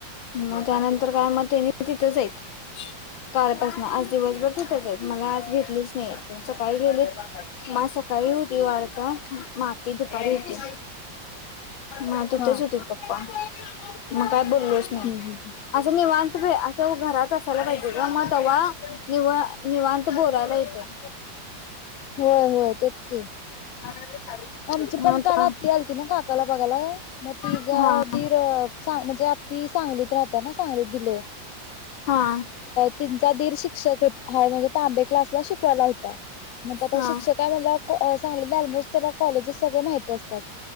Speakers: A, on the left; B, on the left.
A: मग त्यानंतर काय मत तिथंचई तऱ्यापासून दिवसभर जेतच
B: हा
A: आहेत मला आज भेटलीच नाही त सकाळी गेले मा दुपारी होती वाढत माती दुपारी होती. ह तिथेच
B: हा
A: होते पप्पा मग काय बोललोच नाही
B: हम् हम ह.
A: निवांत भ असं घरात असायला पाहिजे ग मग तवा नि निवांत. बोलायला येतंय
B: होय होय तेच की.
A: <unintelligible>
B: आमची पण
A: आता
B: काल आत्ती आलती ना काकाला बघाला मग तिचा
A: हा
B: दीरां म्हणजे आत्ती. सांगलीत राहत्या ना सांगलीत दिलय.
A: हा हा.
B: त्यांचा दीर शिक्षक हाय म्हणजे तांबे क्लासला शिकवायला होता मग आता
A: हा.
B: शिक्षक म्हणल्यावर सांगलीला अलमोस्ट त्याला कॉलेजेस सगळे माहिती असत्यात